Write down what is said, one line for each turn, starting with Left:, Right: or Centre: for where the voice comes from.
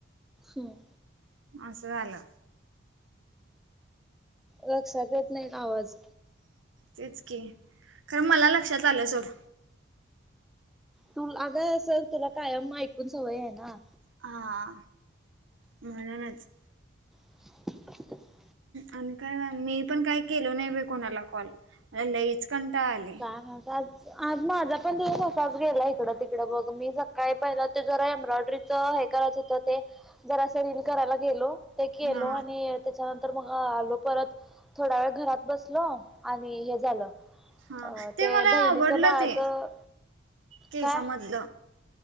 Centre: हम्म
Right: अस झालं.
Centre: लक्षात येत नाही आवाज.
Right: तेच कि, खर मला लक्षात आलं सोड.
Centre: तू अगं सर तुला कायम ऐकून सवये ना.
Right: हा म्हणूनच.
Centre: <inaudible>
Right: आणि काय मी पण काही केल नाही बाई कोणाला कॉल. लईच कंटाळा आलाय.
Centre: आग आज, आज माझा पण दिवस असाच गेला. इकडं ती बघ मी सकाळी पहिलं ते जरा एम्ब्रॉयडरीचं हे करायचं होतं ते जरासं रिन करायला गेलो. ते केलो
Right: हा
Centre: आणि त्याच्यानंतर मग आलो परत. थोडा वेळ घरात बसलो. आणि ते हे झालं.
Right: हा,
Centre: अ
Right: ते मला
Centre: बहिणीचं
Right: आवडलं
Centre: बाळाचं
Right: ते. केसामधलं.
Centre: काय